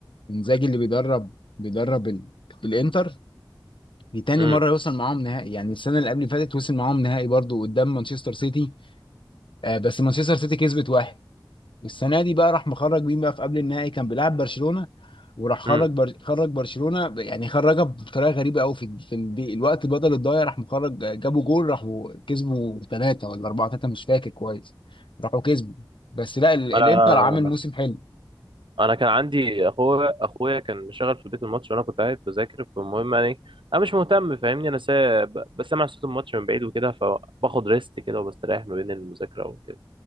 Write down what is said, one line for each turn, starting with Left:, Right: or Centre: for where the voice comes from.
Left: انزاجي اللي بيدرب بيدرب ال- الانتر دي تاني
Right: امم
Left: مرة يوصل معاهم نهائي يعني السنة اللي قبل اللي فاتت وصل معاهم نهائي برضو قدام مانشستر سيتي آه بس مانشستر سيتي كسبت واحد السنة دي بقى راح مخرج مين بقى في قبل النهائي كان بيلعب برشلونة وراح خرج
Right: امم
Left: بر... خرج برشلونة ب- يعني خرجها بطريقة غريبة قوي في ال- في الدي... الوقت بدل الضايع راح مخرج آه، جابوا جول راحوا كسبوا ثلاثة ولا أربعة ثلاثة مش فاكر كويس راحوا كسبوا بس لا ال... الإنتر
Right: انا
Left: عامل موسم حلو
Right: انا كان عندي اخويا اخويا كان مشغل في البيت الماتش وانا كنت قاعد بذاكر فالمهم يعني انا مش مهتم فاهمني انا سا... ب- بسمع صوت الماتش من بعيد وكده فباخد ريست كده وبستريح ما بين المذاكره وكده